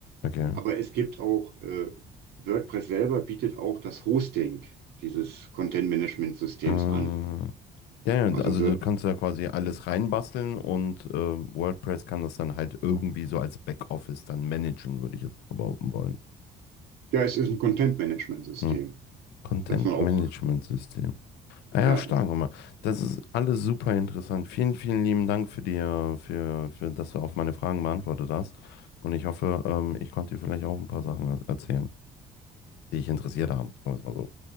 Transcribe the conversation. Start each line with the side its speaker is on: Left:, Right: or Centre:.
Left: Okay.
Right: aber es gibt auch, äh, WordPress selber bietet auch das Hosting dieses Content-Management-Systems
Left: Äh,
Right: an.
Left: ja, ja,
Right: Also,
Left: also
Right: wir,
Left: du kannst da quasi alles reinbasteln und äh, WordPress kann das dann halt irgendwie so als Backoffice dann managen, würde ich jetzt mal behaupten wollen.
Right: ja, es ist ein Content-Management-System,
Left: Hm. Content
Right: dass man auch,
Left: Management System. Ah Ja,
Right: ja,
Left: stark, Oma. Das ist alles super interessant. Vielen, vielen lieben Dank für die, äh, für, für, dass du auf meine Fragen beantwortet hast. Und ich hoffe, ähm, ich konnte dir vielleicht auch ein paar Sachen er- erzählen, die dich interessiert haben. Sagen wir es mal so.